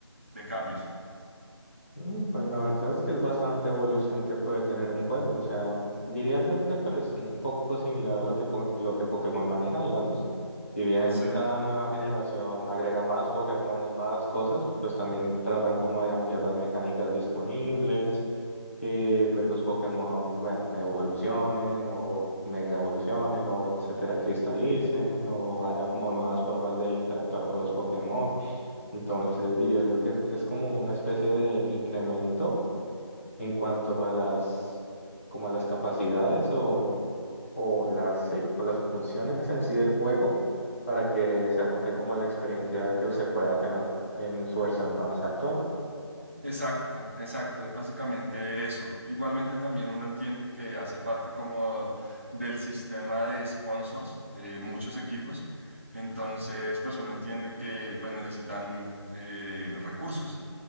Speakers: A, on the right (about 25°); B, on the left (about 30°).
A: de cambios.
B: Mm, Pues la verdad es que es bastante evolución que puede tener un juego, o sea, diría yo que pues un poco similar a lo que, po- lo que Pokémon maneja, digamos. Si bien
A: Sí,
B: cada nueva generación agrega más Pokémon y más cosas, pues también tratan como de ampliar las mecánicas disponibles, que pues los Pokémon, bueno, evolucionen o mega evolucionen o etcétera, cristalicen o haya como nuevas formas de interactuar con los Pokémon. Entonces diría yo que es como una especie de incremento en cuanto a las, como a las capacidades o, o las, sí, como las funciones en sí del juego para que se aumente como la experiencia que se pueda tener en su versión más actual.
A: exacto, exacto, es básicamente eso. Igualmente también uno entiende que hace parte como del sistema de sponsors de muchos equipos. Entonces, pues uno entiende que pues necesitan eh, recursos.